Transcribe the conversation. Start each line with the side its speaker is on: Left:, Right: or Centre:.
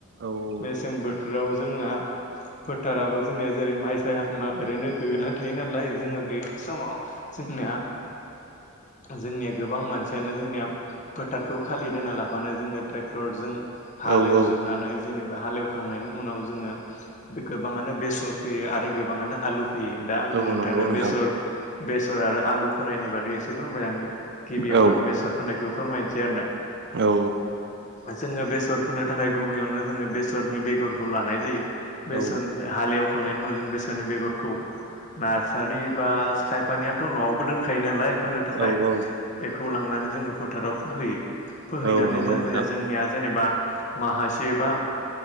Right: औ
Left: मेसें बोथोराव जोंना फोथाराबो जोंनिया जेरै माइ साया ना ओरैनो गोग्लैना थायो नालाय जोङो बे समाव जोंनिया जोंनिया गोबां मानसियानो जोंनिया फोथारखौ खालि दोनना लाबानो जोङो ट्रेक्टरजों हालेवजोबनानै
Right: औ औ
Left: जेनेबा हालेवखांनायनि उनाव जोङो बे गोबाङानो बेसर फोयो आरो गोबाङानो आलु फोयो दा आं
Right: औ
Left: नोंथांनो
Right: नंगौ नोंथां
Left: बेसर बेसर आरो आलु फोनायनि बागै एसे फोरमायलांनि। गिबियावनो
Right: औ
Left: आं बेसर फोनायखौ फोरमायनोसै आरो ना।
Right: औ
Left: जोङो बेसर फोनो थाखाय गुबैयावनो जोङो बेसरनि बेगरखौ लानाय जायो। बेसर
Right: औ
Left: हालेवखांनायनि उनाव जों बेसरनि बेगरखौ नार्सारि बा खायफानियाथ' न'आवबो दोनखायो नालाय फोनो थाखाय
Right: औ औ
Left: बेखौ लांनानै जोङो फोथाराव फोहैयो। फोहैनानै
Right: औ नंगौ
Left: दोनो
Right: नोंथां
Left: जोंनिया जेनेबा माहासे बा